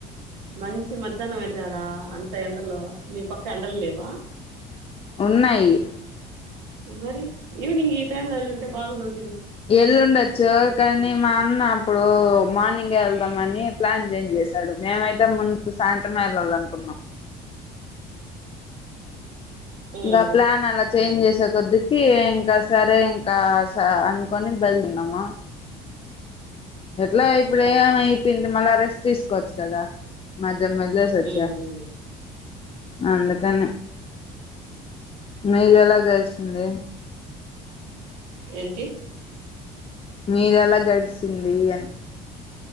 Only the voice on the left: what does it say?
ఉన్నాయి
ఎల్లుండచ్చు కానీ మా అన్న అప్పుడు మార్నింగె యెళ్దామని ప్లాన్ చేంజ్ జేస్. తడు మేమైతే ముందు సాయంత్రమే యెళ్ళల్లనుకున్నం.
ఇంగ అ ప్లానలా చేంజ్ జేసే కొద్దికీ ఇంక సరే ఇంకా స అన్కొని బయ్ల్దిన్నామ. ఎట్లా ఇప్పుడేమై <unintelligible> మళ్ళా రెస్ట్ తీసుకోవచ్చు కద మ. జమ్మొదిలేసొచ్చ.
అందుకనె. మీదెలా గల్సింది.
మీదెలా గడ్సింది అని.